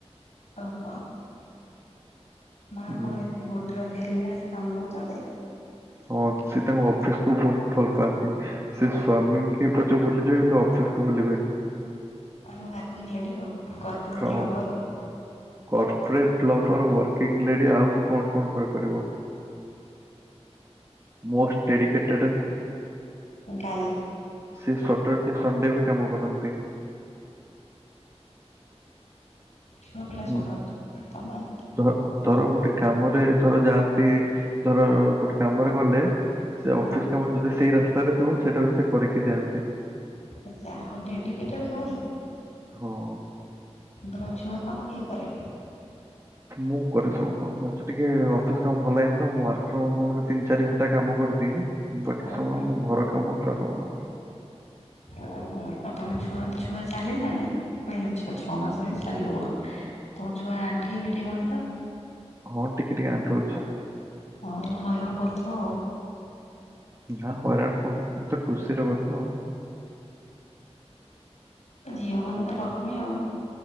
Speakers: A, on the left (about 80°); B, on the right (about 25°).
A: ଓହ ମାଆ
B: ହୁଁ
A: କଣ ଏତେ ଗୋଟେ ରାତି ହେଲାଣି ଅସି କାମ କରୁଛନ୍ତି?
B: ହଁ ସେ ତାଙ୍କ ଅଫିସ କୁ ବହୁତ ଭଲ ପାଆନ୍ତି। ସେ ସ୍ଵାମୀ ଙ୍କୁ ପଛେ ଭୁଲିଯିବେ କିନ୍ତୁ ଅଫିସକୁୁ ଭୂଲିବେନି।
A: ୱର୍କିଙ୍ଗ ଲେଡି ଆଉ କର୍ପୋରେଟ୍ବ
B: ହଁ।
A: ଲଭର ଆଉ।
B: କର୍ପୋରେଟ ଲଭର ୱାରକିଂ ଲେଡି ଆଉ ବି କଣ କଣ କହିପାରିବ? Most dedicated.
A: ଗାଈ।
B: ସେ ସଟରଡ଼େ ସଣ୍ଡେ ବି କାମ କରନ୍ତି।
A: ଛୁଆ ପିଲା
B: ହୁଁ
A: ସମ୍ଭଳୁଚ ତମେ।
B: ଧ ଧର ଗୋଟେ କାମରେ ଧର ଯାଆନ୍ତି ଧର ଗୋଟେ କାମରେ ଗଲେ। ସେ ଅଫିସ
A: ହଁ
B: କାମ ଯଦି ସେଇ ରାସ୍ତାରେ ଥିବ ସେଇଟା ବି ସେ କରିକି ଯାଆନ୍ତି।
A: ଆଛା ଡେଡିକେଟେଡ <unintelligible>
B: ହଁ।
A: ତମ ଛୁଆ କାମ କିଏ କରେ।
B: ମୁଁ କରେ ସବୁ କାମ ମତେ ଟିକେ ଅଫିସ କାମ ଭଲ ଲାଗନି ତ ମୁ ୱାର୍କ ଫ୍ରମ ହୋମ ରେ ତିନି ଚାରି ଘଣ୍ଟା କାମ କରିଦିଏ। ବାକି
A: ଓହୋ।
B: ସମୟ ମୁଁ ଘର କାମ ଛୁଆ କାମ କରେ।
A: ଓହୋ ଆଉ ତମ ଛୁଆ ଛୁଆ ଚାଲିଲାଣି। ନାଇ ଛଅ ଛଅ ମାସ ର ହେଇଛି ଚାଲିବ କୋଉଠୁ ତମ ଛୁଆ ଆଣ୍ଠେଇ ପେଟେଇ ବଣୀ ତ।
B: ହଁ ଟିକେ ଟିକେ ଅଣ୍ଠୋଉଚି।
A: ହଁ ହଇରାଣ କରୁଥିବ ଆଉ।
B: ନା ହଇରାଣ କଣ ଏତେ ଖୁସି ର କଥା ଆଉ।
A: ଝିଅ ମାନେ ତ ଲକ୍ଷ୍ମୀ ଆଉ।